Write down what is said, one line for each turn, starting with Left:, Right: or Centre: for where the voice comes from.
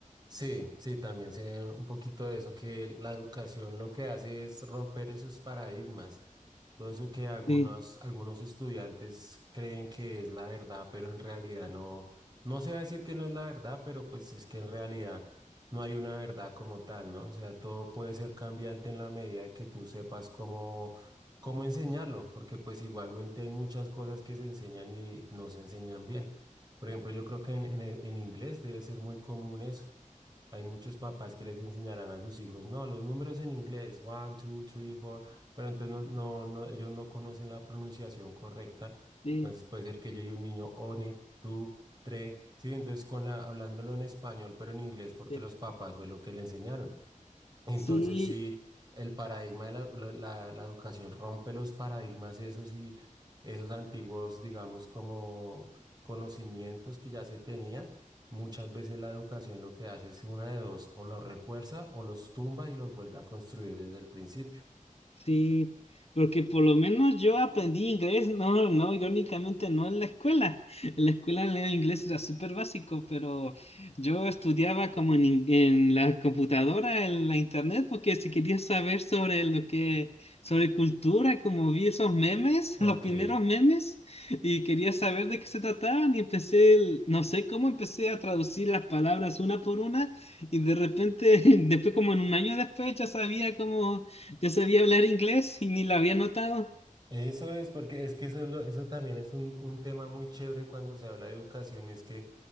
Right: Sí, sí, también sé un poquito de eso, que la educación lo que hace es romper esos paradigmas. Todo eso que algunos,
Left: Sí,
Right: algunos estudiantes creen que es la verdad, pero en realidad no, no se va a decir que no es la verdad, pero pues es que en realidad no hay una verdad como tal, ¿no? O sea, todo puede ser cambiante en la medida de que tú sepas cómo, cómo enseñarlo, porque pues igualmente hay muchas cosas que se enseñan y no se enseñan bien. Por ejemplo, yo creo que en, en, en inglés debe ser muy común eso. Hay muchos papás que les enseñarán a sus hijos, no, los números en inglés, one, two, three, four, pero entonces no, no, no, ellos no conocen la pronunciación correcta.
Left: Sí,
Right: Entonces puede ser que llegue un niño, one, two, tres, sí, entonces con la, hablándolo en español, pero en inglés, porque
Left: sí.
Right: los papás fue lo que le enseñaron. Entonces,
Left: Sí,
Right: sí, el paradigma de la, la, la- la educación rompe los paradigmas esos y esos antiguos, digamos, como conocimientos que ya se tenía. Muchas veces la educación lo que hace es una de dos, o los refuerza o los tumba y los vuelve a construir desde el principio.
Left: Sí, porque por lo menos yo aprendí inglés, no, no, irónicamente no en la escuela. En la escuela el inglés era súper básico, pero yo estudiaba como en, in- en la computadora, en la internet, porque si quería saber sobre lo que, sobre cultura, como vi esos memes,
Right: Ok,
Left: <laughs> los primeros memes, y quería saber de qué se trataban, y empecé, el- no sé cómo empecé a traducir las palabras una por una, y de repente, <laughs> después como en un año después, ya sabía cómo yo sabía hablar inglés y ni lo había notado.
Right: eso es porque es que eso, es lo- eso también es un, un tema muy chévere cuando se habla de educación, es que